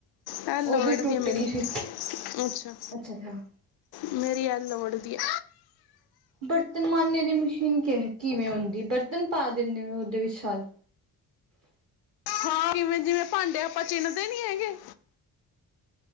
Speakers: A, on the left; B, on the right.
A: ਇਹ
B: ਉਹ
A: ਲੋੜਦੀ
B: ਵੀ ਟੁੱਟ
A: ਆ ਮੇਰੀ
B: ਗਈ ਸੀ।
A: ਅੱਛਾ।
B: ਅੱਛਾ ਅੱਛਾ,
A: ਮੇਰੀ ਇਹ ਲੋੜ ਦੀ ਆ
B: ਬਰਤਨ ਮਾਂਜਣੇ ਦੀ ਮਸ਼ੀਨ ਕਿਵੇਂ ਹੁੰਦੀ ਬਰਤਨ ਪਾ ਦਿੰਦੇ ਹੋ ਉਹਦੇ ਵਿੱਚ ਸਾਰੇ?
A: ਹਾਂ ਕਿਵੇਂ ਜਿਵੇਂ ਭਾਂਡੇ ਆਪਾਂ ਚਿੰਨਦੇ ਨੀ ਹੈਗੇ